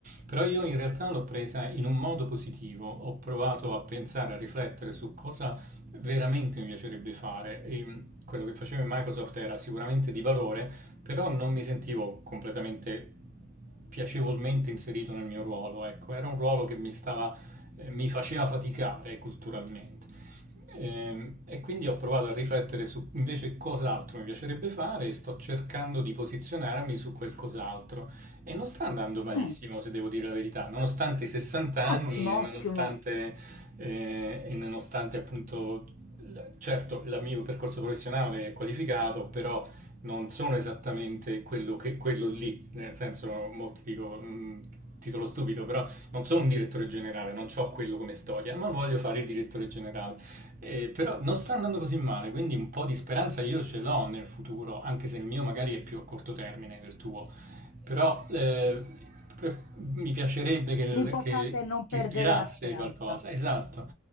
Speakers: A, on the right (about 40°); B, on the left (about 70°).
A: Però io in realtà l'ho presa in un modo positivo, ho provato a pensare, a riflettere su cosa veramente mi piacerebbe fare. E quello che facevo in Microsoft era sicuramente di valore, però non mi sentivo completamente piacevolmente inserito nel mio ruolo, ecco, era un ruolo che mi stava, eh, mi faceva faticare culturalmente. Ehm, E quindi ho provato a riflettere su invece cos'altro mi piacerebbe fare e sto cercando di posizionarmi su quel cos'altro. E non sta andando malissimo,
B: Mm,
A: se devo dire la verità, nonostante i 60 anni
B: ottimo,
A: e nonostante,
B: ottimo.
A: eh, e nonostante appunto certo il mio percorso professionale è qualificato, però non sono esattamente quello, che, quello lì, nel senso, molti dico, mh, titolo stupido, però non sono un direttore generale, non ho quello come storia, ma voglio fare il direttore generale. Eh, però non sta andando così male, quindi un po' di speranza io ce l'ho nel futuro, anche se il mio magari è più a corto termine del tuo. Però eh, pre- mi piacerebbe che,
B: L'importante
A: che
B: è non
A: ti
B: perdere
A: ispirasse
B: la speranza.
A: qualcosa, esatto.